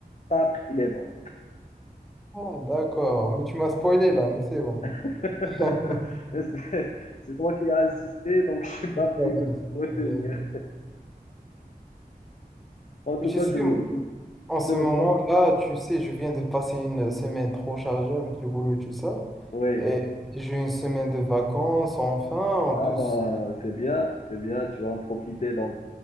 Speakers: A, on the left; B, in the centre.
A: tac, il est mort.
B: Ah d'accord, mais tu m'as spoilé là, mais c'est bon.
A: <laughs>
B: <laughs>
A: Et C'est c'est toi qui as insisté, donc <laughs> j'ai pas
B: C'est pas
A: pu
B: grave,
A: me
B: c'est
A: retenir.
B: pas grave.
A: En tout
B: <laughs> Je
A: cas,
B: sais,
A: je, je te je
B: En ce
A: te le
B: moment-là,
A: recommande.
B: tu sais, je viens de passer une semaine trop chargée avec le boulot et tout ça.
A: Oui,
B: Et j'ai une semaine de vacances, enfin, on
A: ah
B: peut...
A: ben,
B: se-
A: c'est bien, c'est bien, tu vas en profiter. Donc